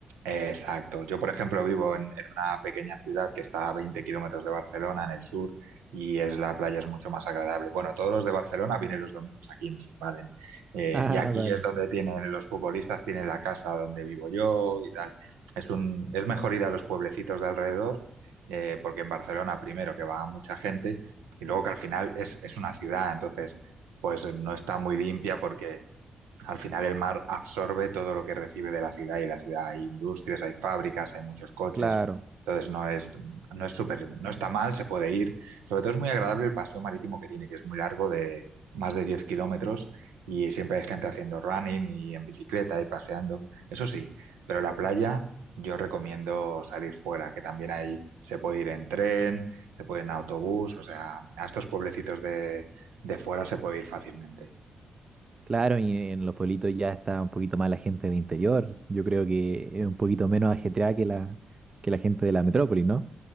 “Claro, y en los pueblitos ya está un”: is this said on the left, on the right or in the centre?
Right